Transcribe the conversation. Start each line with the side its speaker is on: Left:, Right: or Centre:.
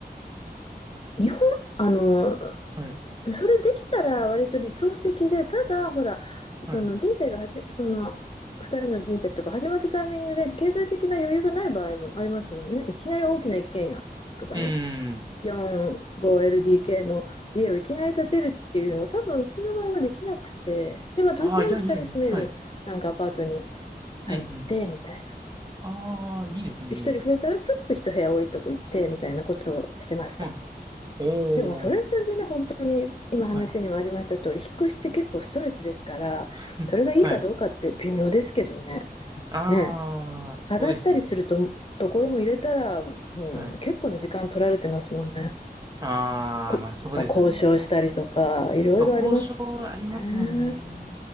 Left: 日本、あの、
Right: はい、
Left: それできたら割と理想的で、ただ、ほら、
Right: はい。
Left: その人生がはじ、その、2人の人生とか始まったタイミングで経済的な余裕がない場合もありますもんね。いきなり大きな一軒家とかね、
Right: うーん。
Left: 4,5LDK の家をいきなり建てるっていうのは多分うちの場合はできなくて、で、まあ、
Right: ああ、
Left: とりあえず2人住めるなんかアパートに
Right: いやいやいや、はい。
Left: 入ってみたい
Right: うんうん。ああ、いいですね。
Left: で、人増えたらちょっと一部屋多いとこ行ってみたいなことをしてました。
Right: うん。お
Left: でもそれはそれでね、
Right: お、
Left: 本当に今話にもありました通り、
Right: はい。
Left: 引っ越しって結構ストレスですから、
Right: <laughs>
Left: それがいいかどうかって微妙ですけどね、
Right: はい。ああ、
Left: ね、探したりすると、
Right: そうですね。
Left: ところも入れたら、もう結構な時間取られてますもんね。
Right: はい。ああ、
Left: こ、
Right: まあそうですよね。
Left: ほら交渉したりとか、いろいろありますもん
Right: そう、交渉ありますもんね。
Left: ね。